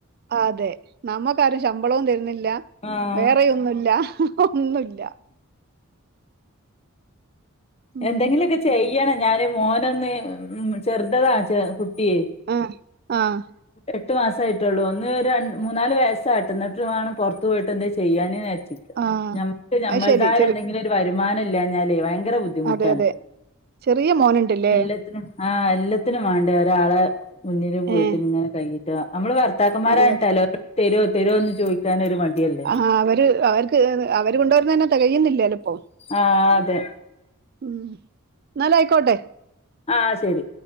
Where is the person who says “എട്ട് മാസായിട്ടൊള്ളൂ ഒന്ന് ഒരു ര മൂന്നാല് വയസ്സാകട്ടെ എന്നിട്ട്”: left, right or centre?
Left